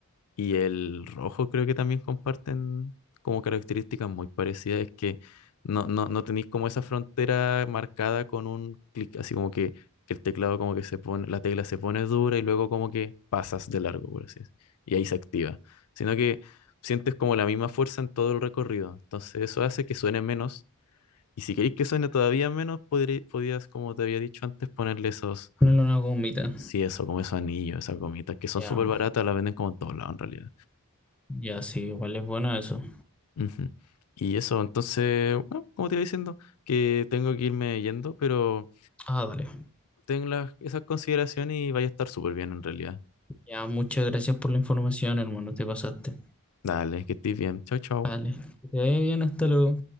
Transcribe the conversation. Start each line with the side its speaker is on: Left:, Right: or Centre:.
Left: Y el rojo creo que también comparten como características muy parecidas. Es que no, no, no tenéis como esa frontera marcada con un clic, así como que el teclado como que se pone, la tecla se pone dura y luego como que pasas de largo, por así decirlo. Y ahí se activa. Sino que sientes como la misma fuerza en todo el recorrido. Entonces eso hace que suene menos. Y si queréis que suene todavía menos, podrí- podías, como te había dicho antes, ponerle esos,
Centre: Ponle una gomita.
Left: sí, eso, como esos anillos, esas gomitas, que son
Centre: Ya,
Left: súper baratas, las venden como en todos lados en realidad.
Centre: ya, sí, igual es bueno eso.
Left: Ujú. Y eso, entonces, bueno, como te iba diciendo, que tengo que irme yendo, pero
Centre: Ah, vale.
Left: ten las, esas consideraciones y vaya a estar súper bien en realidad.
Centre: Ya, muchas gracias por la información, hermano, te pasaste.
Left: Dale, que estés bien. Chao, chao.
Centre: Vale, que te vaya bien, hasta luego.